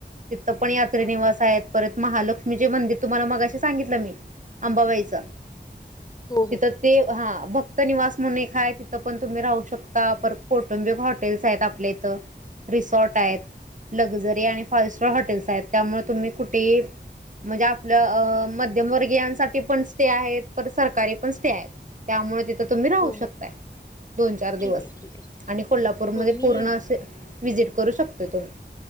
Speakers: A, on the right; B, on the left.
A: तिथं पण यात्री
B: हां
A: निवास आहेत. परत महालक्ष्मीचे मंदिर तुम्हाला मगाशी सांगितलं मी अंबाबाईच.
B: हो
A: ईथ
B: हो
A: ते हा. भक्तनिवास म्हणून एक हाय तिथं पण तुम्ही राहू शकता, परत कौटुंबिक हॉटेल्स आहेत, आपले इथं रिसॉर्ट आहेत, लक्झरी आणि फाईव्ह स्टार हॉटेल्स आहेत, त्यामुळे तुम्ही कुठेही म्हणजे आपलं मध्यमवर्गीयांसाठी पण स्टे आहेत. परत सरकारी पण स्टे आहेत, त्यामुळे. तर तुम्ही राहू
B: हो हो
A: शकताय
B: हो
A: दोन चार दिवस
B: ठीक आहे ठीक आहे
A: आणि कोल्हापूरमध्ये
B: होय मी
A: पूर्ण असे व्हिजिट करू शकता. येथून.